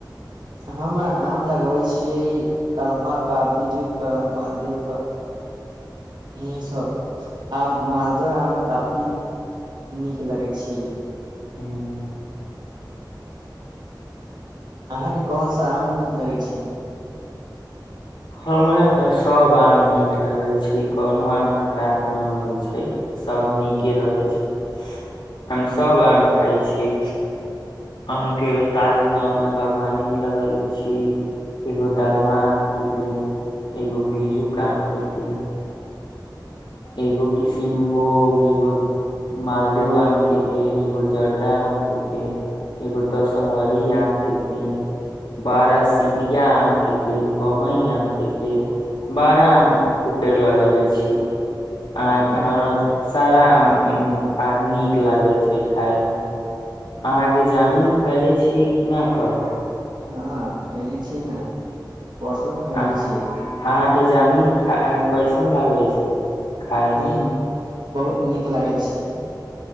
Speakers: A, on the right; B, on the left.
A: हम आम लगबै छियै के बिज्जू के मालदे के इ सब आ मालदे आम काफी नीक लगै छै
B: ह्म
A: अहाँके कोन सा आम नीक लगै छै
B: हमरा तऽ सब आम नीक लागे छै कोनो आम खराब न होइ छै सब नीक के रहै छै हम सब आम खााय छी अहाँके एो ताज अपना बागवानी मे लगले छी एगो दालमा आम क ड़ एगो बीजुक आम के पेड़ एगो किशनभोग एगो मालदेव आम के पेड़ एगो जर्दा आम के पेड़ एगो दशहरी आम के पेड़ बारह सिपिया आम के पेड़ मई आम के पेड़ बारह आम पेड़ लग ले छी अह हमरा सारा नीक लागै छै खााय मे अहाँके जामुन खयले छीयै क न कभी
A: हँ खैली छियै ने वर्ष खइ
B: आ
A: ल छी
B: अहाँ के जामुन खा कैसन लागे छै खाय
A: हँ
B: मे
A: बहुत नीक लागल छी